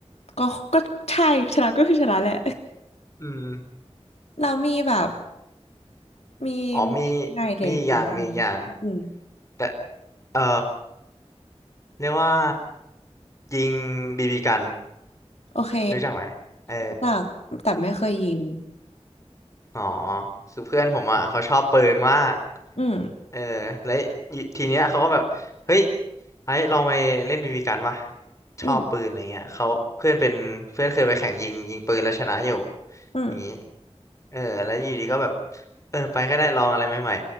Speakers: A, on the left; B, on the left.
A: ก็ก็ใช่ชนะก็คือชนะแหละ
B: <laughs> อืม
A: <laughs> เรามีแบบมี
B: อ๋อมี
A: มีไงเด็กอื่นไหม
B: มีอีกอย่างมีอีกอย่าง
A: อืม
B: แต่เออเรียกว่ายิงบีบีกัน
A: โอเค
B: รู้จักไหมเออ
A: รู้จักแต่ไม่เคยยิง
B: อ๋อคือเพื่อนผมอ่ะเขาชอบปืนมาก
A: อืม
B: เออแล้วทีเนี้ยเขาก็แบบเฮ้ยไอ้ลองไปเล่นบีบีกันปะชอบปืนอะไรเงี้ยเขาเพื่อนเป็นเพื่อนเคยไปแข่งยิงยิงปืนแล้วชนะอยู่
A: อืมอืม
B: อย่างนี้ เออแล้วอยู่ดีก็แบบเออไปก็ได้ลองอะไรใหม่